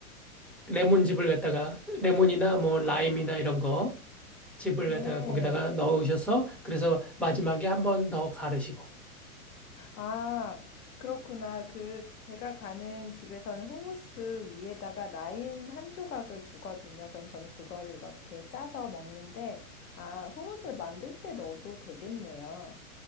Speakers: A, in the centre; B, on the left.
A: 레몬즙을 갖다가 레몬이나 뭐
B: 아,
A: 라임이나 이런 거 즙을
B: 네.
A: 갖다가 거기다가 넣으셔서 그래서 마지막에 한번 더 갈으시고.
B: 아, 그렇구나. 그, 제가 가는 집에서는 후무스 위에다가 라임 한 조각을 주거든요. 그럼 저는 그거를 이렇게 짜서 먹는데, 아, 후무스를 만들 때 넣어도 되겠네요.